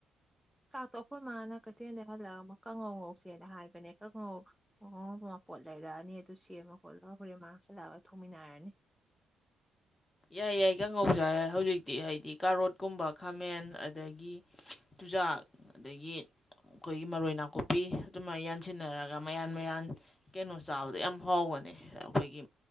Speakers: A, in the centre; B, on the left (about 20°).
A: ꯆꯥꯛꯇꯣ ꯑꯩꯈꯣꯏ ꯃꯥꯅ ꯀꯩꯊꯦꯜꯗ ꯍꯜꯂꯛꯑꯒ ꯑꯃ ꯀꯥꯡꯉꯧ ꯉꯧꯁꯦꯅ ꯍꯥꯏꯕꯅꯦ ꯀꯥꯡꯉꯧ ꯄꯣꯠ ꯂꯩꯔꯛꯑꯅꯤ ꯑꯗꯨ ꯁꯦꯝꯃ ꯈꯣꯠꯂꯒ ꯍꯣꯔꯦꯟ ꯃꯁꯜꯂꯛꯑꯒ ꯊꯣꯡꯃꯤꯟꯅꯔꯅꯤ
B: ꯌꯥꯏ ꯌꯥꯏ ꯀꯥꯡꯍꯧ ꯆ ꯍꯧꯖꯤꯛꯇꯤ ꯍꯥꯏꯗꯤ ꯀꯥꯔꯣꯠꯀꯨꯝꯕ ꯈꯥꯃꯦꯟ ꯑꯗꯒꯤ ꯆꯨꯖꯥꯛ ꯑꯗꯒꯤ ꯑꯩꯈꯣꯏꯒꯤ ꯃꯔꯣꯏ ꯅꯥꯀꯨꯞꯄꯤ ꯑꯗꯨꯃꯥꯏꯅ ꯌꯥꯟꯁꯤꯟꯅꯔꯒ ꯃꯌꯥꯟ ꯃꯌꯥꯟ ꯀꯩꯅꯣ ꯆꯥꯕꯗꯣ ꯌꯥꯝ ꯍꯥꯎꯋꯦ ꯑꯩꯈꯣꯏꯒꯤ